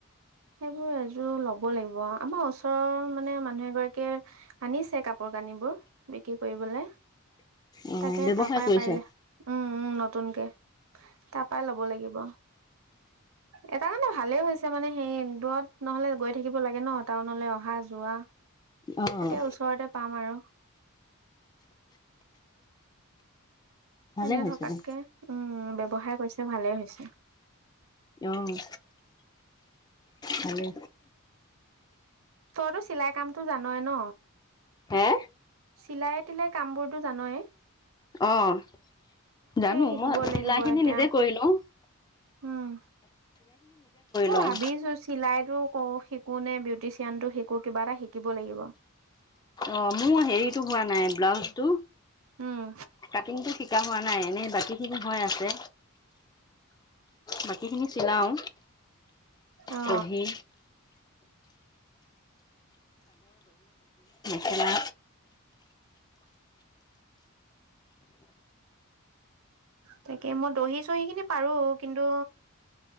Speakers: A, on the right; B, on the left.
A: সেইবোৰ এযোৰ ল'ব লাগিব আমাৰ ওচৰৰ মানে মানুহ এগৰাকীয়ে আনিছে কাপোৰ কানিবোৰ বিক্ৰী কৰিবলে
B: অ
A: তাকে
B: ব্যৱসায়
A: তাৰাপাই
B: কৰিছে
A: পাৰিলে উম উম নতুনকে তাৰ পৰাই ল'ব লাগিব এটা কাৰণে ভালে হৈছে মানে সেই দুৰত নহলে গৈ থাকিব লাগে ন টাউনলৈ অহা যোৱা
B: অ
A: এতিয়া ওচৰতে পাম আৰু
B: ভালে
A: মানে
B: হৈছে
A: থকাতকে
B: দে।
A: উম উ ব্যৱসাৰ কৰিছে ভালেই হৈছে
B: অ', ভালে
A: তইতো চিলাই কামটো জানয়েই ন
B: হে
A: চিলাই তিলাই কাম বোৰতটো জানয়েই
B: অঁ জানো
A: শিকিব
B: মই চিলাই
A: লাগিব
B: খিনি
A: এতিয়া
B: নিজে কৰি লও
A: উম অ
B: লওঁ
A: ভাবিছো চিলাইতটো কৰো শিকো কোনে বিউটিচিয়ানটো শিকো কিবা এটা শিকিব লাগিব
B: অ মোৰ হেৰিতো হোৱা নাই ব্লাউজ টো
A: উম
B: কাটিংটো শিকা হোৱা নাই এনেই বাকী খিনি হৈ আছে বাকী খিনি চিলাওঁ
A: অ
B: কুহি তেনে
A: তাকে মই দহি চহি খিনি পাৰো কিন্তু